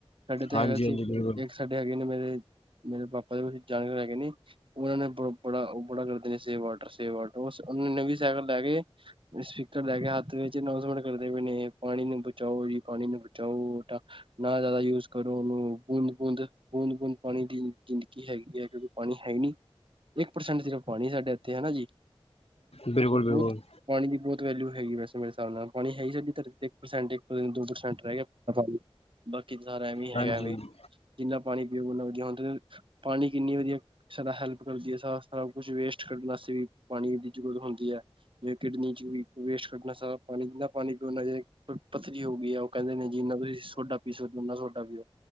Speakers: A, on the right; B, on the left.
A: ਸਾਡੇ ਤੇ
B: ਹਾਂਜੀ
A: ਹੈਗਾ
B: ਹਾਂਜੀ
A: ਸੀ
B: ਬਿਲਕੁਲ
A: ਇੱਕ ਛੱਡੇ ਹੈਗੇ ਨੇ ਮੇਰੇ, ਮੇਰੇ ਪਾਪਾ ਦੇ ਕੁ ਜਾਣਕਾਰ ਹੈਗੇ ਨੇ ਉਹਨਾਂ ਨੇ ਬ, ਬੜਾ ਉਹ ਬੜਾ ਕਰਦੇ ਨੇ ਸੇ ਵਾਟਰ ਸੇ ਵਾਟਰ ਨੇ ਵੀ ਸਾਈਕਲ ਲੈ ਕੇ ਸਪੀਕਰ ਲੈ ਕੇ ਹੱਥ ਵਿੱਚ ਨੌ ਸਟ ਕਰਦੇ ਪਏ ਨੇ, ਪਾਣੀ ਨੂੰ ਬਚਾਓ ਪਾਣੀ ਨੂੰ ਬਚਾਓ ਨਾ, ਜ਼ਿਆਦਾ ਯੂਜ ਕਰੋ ਉਹਨੂੰ, ਬੂੰਦ- ਬੂੰਦ ਬੂੰਦ- ਬੂੰਦ ਪਾਣੀ ਦੀ ਜ਼ਿੰਦਗੀ ਹੈਗੀ ਹੈ, ਕਿਉਂਕਿ ਪਾਣੀ ਹੈ ਨਹੀਂ ਇੱਕ ਪਰਸੈਂਟ ਸਿਰਫ ਪਾਣੀ ਸਾਡੇ ਇੱਥੇ ਹਨਾ ਜੀ,
B: ਬਿਲਕੁਲ
A: ਬਹੁਤ
B: ਬਿਲਕੁਲ
A: ਪਾਣੀ ਦੀ ਬਹੁਤ ਵੈਲਿਊ ਹੈਗੀ ਵੈਸੇ ਮੇਰੇ ਹਿਸਾਬ ਨਾਲ, ਪਾਣੀ ਹੈ ਹੀ ਧਰਤੀ ਤੇ ਇੱਕ ਸਾਸੈਂਟ, ਦੋ ਪ੍ਰਸੈਂਟ ਰਹਿ ਗਿਆ ਬਾਕੀ ਸਾਰਾ, ਐਵੇਂ ਹੈਗਾ
B: ਹਾਂਜੀ
A: ਐਵੇਂ
B: ਹਾਂਜੀ,
A: ਜਿੰਨਾ ਪਾਣੀ ਪੀਓ, ਓਨਾ ਵਧੀਆ, ਪਾਣੀ ਕਿੰਨੀ ਵਧੀਆ ਸਾਡੀ ਹੈਲਪ ਕਰਦੀ ਹੈ ਸਭ ਕੁਛ ਵੇਸਟ ਕਰਨਾ ਸੀ, ਪਾਣੀ ਦੀ ਜ਼ਰੂਰਤ ਹੁੰਦੀ ਹੈ ਜੇ ਕਿਡਨੀ 'ਚ ਵੇਸਟ ਕਰਨਾ ਸਾ ਪਾ ਪਾਣੀ ਪੀਓਣਾ ਚ ਪੱਥਰੀ ਹੋ ਗਈ ਉਹ ਕਹਿੰਦੇ ਨੇ ਜਿੰਨਾ ਤੁਸੀਂ ਸੋਡਾ ਪੀ ਸਕਦੇ ਹੋ ਓਨਾ ਸੋਡਾ ਪੀਓ